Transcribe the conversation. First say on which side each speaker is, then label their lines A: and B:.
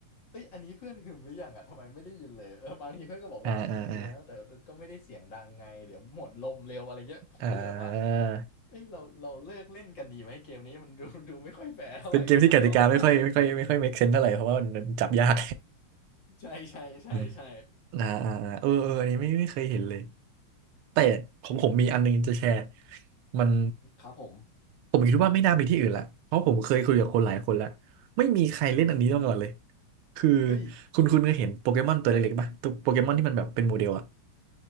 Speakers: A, on the left; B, on the right.
A: เอ้ยอันนี้เพื่อนหึมหรือยังอ่ะทำไมไม่ได้ยินเลยเออบางทีเพื่อนก็บอกว่าหึมแล้วแต่ก็ก็ไม่ได้เสียงดังไงเดี๋ยวหมดลมเร็วอะไรเงี้ยผมก็เลยแบบว่า
B: <laughs> อ่าอ่าอ่าอ่า
A: เอ้ยเราเราเลิกเล่นกันดีไหมเกมนี้มันดูดูไม่ค่อยแฟร์เท่าไหร่กับทั้งสองฝ่าย
B: เป็นเกมที่กติกาไม่ค่อยไม่ค่อยไม่ค่อย make sense เท่าไหร่เพราะว่ามันจับยาก
A: ใช่ใช่ใช่ใช่
B: อืม <laughs> อ่าอ่าอ่าเออเอออันนี้ไม่ไม่เคยเห็นเลยแต่ของผมมีอันนึงจะแชร์มัน
A: ครับผม
B: ผมคิดว่าไม่น่ามีที่อื่นละเพราะผมเคยคุยกับคนหลายคนแล้วไม่มีใครเล่นอันนี้มาก่อนเลยคือ
A: เฮ้ย
B: คุณคุณก็เห็นโปเกมอนตัวเล็กๆป่ะตัวโปเกมอนที่มันแบบเป็นโมเดลอะ